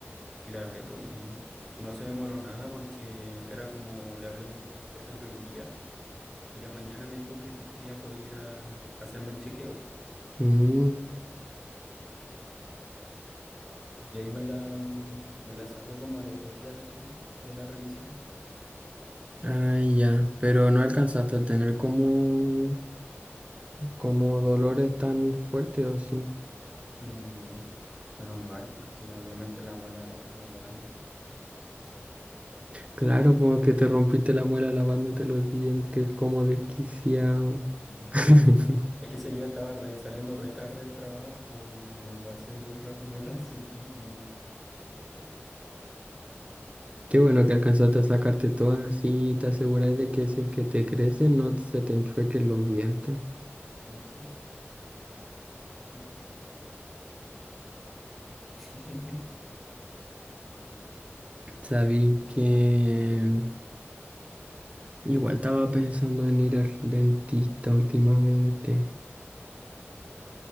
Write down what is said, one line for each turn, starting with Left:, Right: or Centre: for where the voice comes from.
Centre: y le hablé, pues, y no se demoró nada porque era como, le hablé un, por ejemplo, hoy día, y ya mañana me dijo que si quería poder ir a hacerme el chequeo.
Right: Mm,
Centre: Y ahí me la, me la sacó como a los dos días después de la revisión.
Right: ah, ya, pero no alcanzaste a tener como, como dolores tan fuertes o sí.
Centre: Mm, No, menos mal, porque obviamente la muela rota igual.
Right: Claro, como que te rompiste la muela lavándote los dientes como desquiciado.
Centre: Mm.
Right: <laughs>
Centre: Es que ese día estaba re- saliendo re tarde al trabajo y me pasé muy rápido al cepillo.
Right: Qué bueno que alcanzaste a sacarte todas, así te aseguráis de que si es que te crecen no se te enchuequen los dientes.
Centre: Ujú, sí. <laughs>
Right: Sabí que igual estaba pensando en ir al dentista últimamente.